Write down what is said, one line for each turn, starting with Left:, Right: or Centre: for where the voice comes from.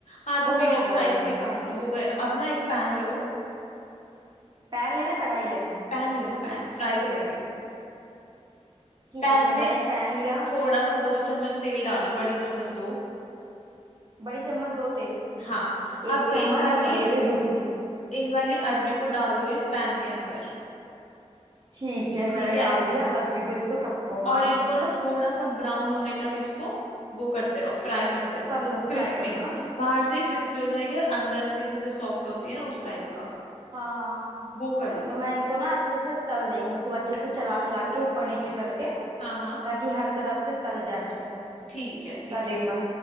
Left: हाँ तो
Right: हो
Left: मीडियम
Right: गए हो गए
Left: साइज
Right: हो गए
Left: के काट लो हो गए अब ना एक पैन लो
Right: पैन लेना कढ़ाई ले
Left: पैन ले लो पैन फ्राई करेंगे
Right: ठीक
Left: पैन
Right: है चलो मैंने
Left: में
Right: एक पैन लिया
Left: थोड़ा सा दो चम्मच तेल डालो बड़ी चम्मच दो
Right: बड़ी चम्मच दो तेल की
Left: हाँ अब
Right: एक चम्मच
Left: इन वाली
Right: और ये गई दूसरी
Left: इन वाली अरबी को डाल दो इस पैन के अंदर
Right: ठीक है मैंने
Left: ठीक है
Right: डाल दिया अरबी को इनको सबको हाँ
Left: और इनको ना थोड़ा सा ब्राउन होने तक इसको वो करते रहो फ्राई करते रहो
Right: तलूं
Left: क्रिस्पी
Right: फ्राई करूँ ना
Left: बाहर से क्रिस्पी हो जाएगी और अंदर से जैसे सॉफ्ट होती है ना उस टाइप का
Right: हाँ हाँ हाँ हाँ
Left: वो कर लो
Right: तो मैं इनको ना अच्छे से तल रही हूँ खूब अच्छे से चला चला के ऊपर नीचे करके
Left: हाँ हाँ
Right: ताकि हर तरफ से तल जाए अच्छे से
Left: ठीक है ठीक
Right: कर रही
Left: है
Right: हूँ मैं